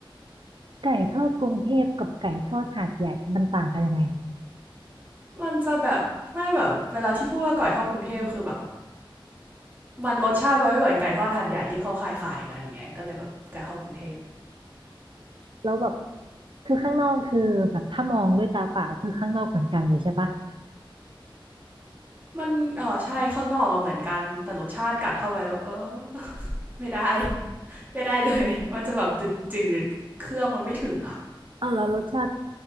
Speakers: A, on the right (about 65°); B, on the right (about 20°).
A: ไก่ทอดกรุงเทพกับไก่ทอดหาดใหญ่มันต่างกันยังไงอะ
B: มันจะแบบไม่แบบเวลาที่พูดว่าไก่ทอดกรุงเทพคือแบบมันรสชาติมันไม่เหมือนไก่ทอดหัดใหญ่ที่เขาขายขายกันอย่างเงี้ยก็เลยแบบไก่ทอดกรุงเทพ
A: แล้วแบบคือข้างนอกคือแบบถ้ามองด้วยตาเปล่าคือข้างนอกเหมือนกันเลยใช่ปะ
B: มันเออใช่ข้างนอกก็เหมือนกันแต่รสชาติกัดเข้าไปแล้วเออไม่ได้ไม่ได้เลยมันจะแบบจืดๆเครื่องมันไม่ถึงอะ
A: เอาแล้วรสชาติ